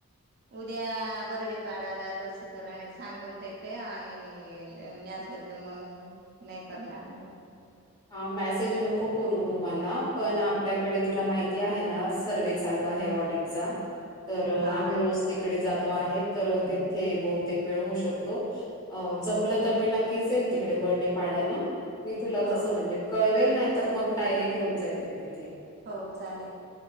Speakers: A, on the right; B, on the left.
A: उद्या बरडीपाडाला लसीकरण सांगून देते. आणि मॅसेज मग नाही करणार मग.
B: हा मॅसेज नको करू तु मला पण आपल्याकडे तुला माहिती आहे, ना सर्वे चालू आहे ऑडिटचा तर
A: हा
B: आम्ही रोज तिकडे जातो. तो आहे तर तथे बहुतेक वेळ होऊ शकतो अ जमलं तर मी नक्कीच येईल तिकडे बर्डीपाळ्याला मी तुला
A: हो
B: तसं म्हणजे कळवेल. नाही तर मग डायरेक्ट येऊन जाईल मी तिथे.
A: हो चालेल.